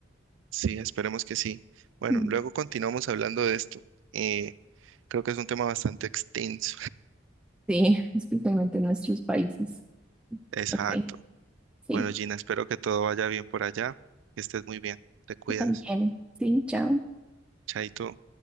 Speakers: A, on the right (about 70°); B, in the centre.
A: Sí, esperemos que sí. Bueno,
B: Mm.
A: luego continuamos hablando de esto. Eh, creo que es un tema bastante extenso.
B: Sí, especialmente en nuestros países.
A: <laughs> Exacto.
B: Ok. Sí,
A: Bueno, Gina, espero que todo vaya bien por allá, que estés muy bien, te cuidas,
B: tú también. Sí, chao.
A: chaito.